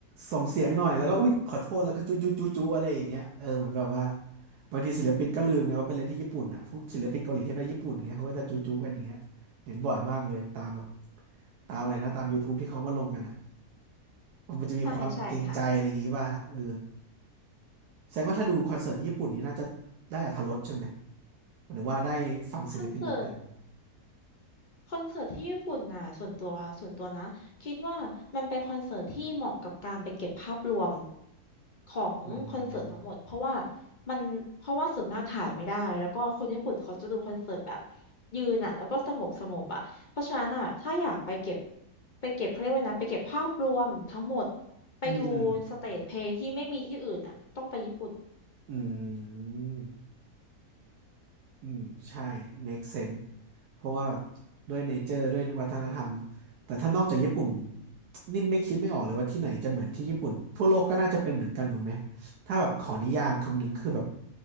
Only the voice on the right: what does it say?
ส่งเสียงหน่อยแล้วก็อุ๊ยขอโทษแล้วก็จุ๊จุ๊จุ๊จุ๊อะไรอย่างเงี้ยเออเหมือนแบบว่าบางทีศิลปินก็ลืมไงว่าเป็นเรื่องที่ญี่ปุ่นอ่ะพวกศิลปินเกาหลีที่ไปญี่ปุ่นเงี้ยเขาก็จะจุ๊จุ๊กันอย่างเงี้ยเห็นบ่อยมากเลยตามแบบตามอะไรนะตาม YouTube ที่เขามาลงกันอ่ะมันจะมีความเกรงใจอะไรอย่างงี้ป่ะเออ
แสดงว่าถ้าดูคอนเสิร์ตที่ญี่ปุ่นนี้น่าจะได้อรรถรสใช่ไหมหมายถึงว่าได้ฟังศิลปินเต็ม
ๆอืม
อืมอืมอืม อืมใช่ make sense เพราะว่าด้วยเนเจอร์ด้วยวัฒนธรรมแต่ถ้านอกจากญี่ปุ่นนี่ไม่คิดไม่ออกเลยว่าที่ไหนจะเหมือนที่ญี่ปุ่นทั่วโลกก็น่าจะเป็นเหมือนกันหมดไหมถ้าแบบขอนิยามคำหนึ่งคือแบบ